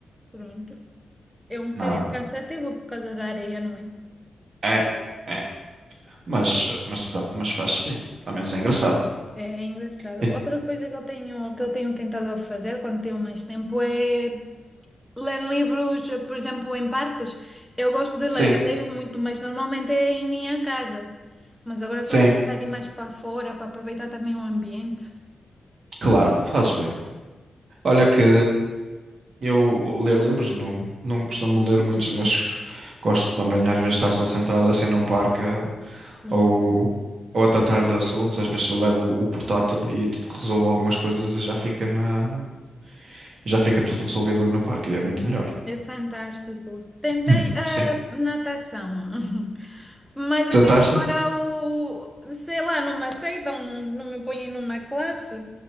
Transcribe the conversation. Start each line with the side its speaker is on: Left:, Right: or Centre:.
Centre: pronto. É um bocadinho
Right: Não,
Centre: cansativo por causa da areia, não é?
Right: é, é. Mas, mas, dá- mas faz-se bem. Ao menos é engraçado.
Centre: É engraçado.
Right: E-
Centre: Outra coisa que eu tenho, que eu tenho tentado fazer quando tenho mais tempo é ler livros, por exemplo, em parques. Eu gosto de ler,
Right: sim,
Centre: eu leio muito, mas normalmente é em minha casa. Mas agora estou
Right: sim,
Centre: a tentar ir mais para fora para aproveitar também o ambiente.
Right: claro, faz bem. Olha que eu ler livros não, não costumo ler muitos, mas gosto também às vezes de estar só centrado assim num parque
Centre: Sim,
Right: ou, ou a tratar de assuntos. Às vezes eu levo o portátil e resolvo algumas coisas e já fica na, e já fica tudo resolvido ali no parque. E é muito melhor.
Centre: é fantástico. Tentei
Right: Hum.
Centre: a
Right: Sim.
Centre: natação, <laughs> mas
Right: Tentaste?
Centre: até agora, o, sei lá, não me aceitam, não, não me põem numa classe. Tá